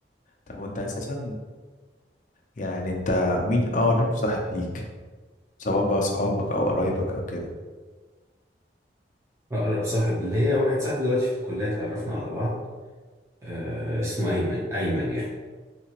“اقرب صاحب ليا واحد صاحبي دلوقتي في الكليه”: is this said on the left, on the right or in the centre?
Right